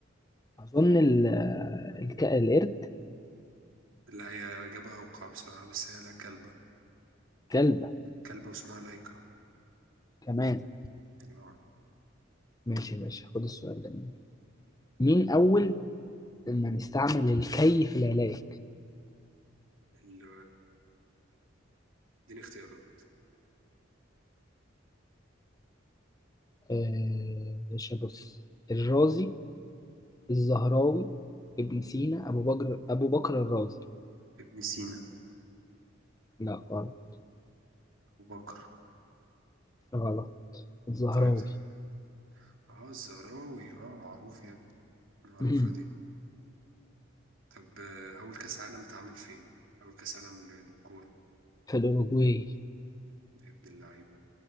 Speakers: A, on the left (about 20°); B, on the right (about 85°).
A: أظن ال... الك... القرد
B: لا هي إجابة أوقع بصراحة بس هي لا كلبة
A: كلبة
B: كلبة واسمها لايكا
A: كمان
B: يبقى
A: ماشي يا باشا خد السؤال ده مني مين أول من استعمل الكي في العلاج؟
B: ال- اديني اختيارات
A: آه... باشا بص الرازي الزهراوي ابن سينا أبو بكر أبو بكر الرازي
B: ابن سينا
A: لا غلط
B: أبو بكر
A: غلط الزهراوي
B: طيب تمام اه الزهراوي اه معروف يا ابني معروفة
A: مم.
B: دي طب آه، أول كأس عالم اتعمل فين؟ أول كأس عالم لل- للكورة
A: في الأوروجواي
B: يا ابن اللعيبة